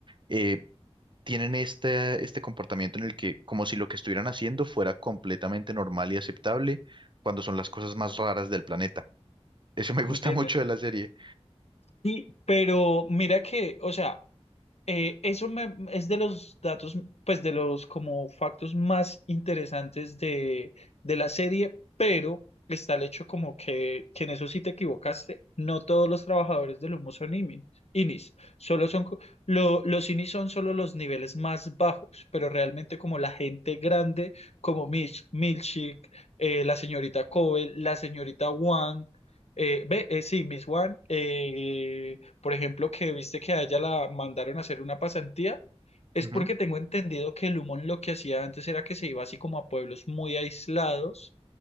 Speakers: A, on the right (about 45°); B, on the left (about 70°).
A: eh, tienen este, este comportamiento en el que, como si lo que estuvieran haciendo fuera completamente normal y aceptable, cuando son las cosas más raras del planeta. Eso me gusta
B: entienden.
A: <laughs> mucho de la serie.
B: Sí, pero mira que, o sea, Eh, eso me, es de los datos, pues de los como factos más interesantes de, de la serie, pero está el hecho como que, que en eso sí te equivocaste. No todos los trabajadores del humo son IMI INIs, solo son, co- lo- los INIs son solo los niveles más bajos, pero realmente como la gente grande, como Mitch, Milchick, eh, la señorita Cobel, la señorita Wang, eh, ve, eh, sí, Miss Wang, eh, por ejemplo, que viste que a ella la mandaron a hacer una pasantía, es
A: Ujú.
B: porque tengo entendido que Lumon lo que hacía antes era que se iba así como a pueblos muy aislados